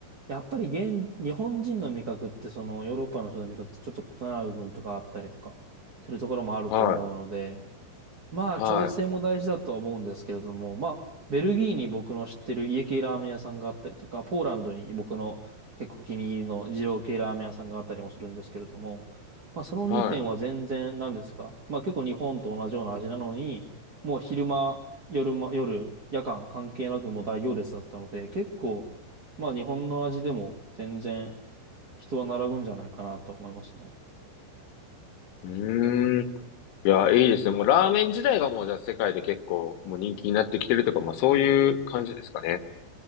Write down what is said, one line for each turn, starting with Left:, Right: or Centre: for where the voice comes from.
Right: やっぱり現、日本人の味覚って、そのヨーロッパの人の味覚とちょっと異なる部分とかあったりとかするところもあると思うので、
Left: は
Right: まあ、
Left: い。
Right: 調整も大事だとは思うんですけれども、
Left: は
Right: まあ、ベルギーに僕の知ってる家系ラーメン屋さんがあったりとか、ポーランドに僕の結構お気に入りの二郎系ラーメン屋さんがあったりもするんですけれども、まあ、その2点は全然何ですか。
Left: い。は
Right: まあ、結構日本と同じような味なのに、もう昼間、夜間、夜、夜間関係なくもう大行列だったので、結構、まあ、日本の味でも全然人は並ぶんじゃないかなと思いますね。
Left: い。うーん。いや、いいですね。もうラーメン自体がもうじゃあ世界で結構もう人気になってきてるとか、まあそういう感じですかね。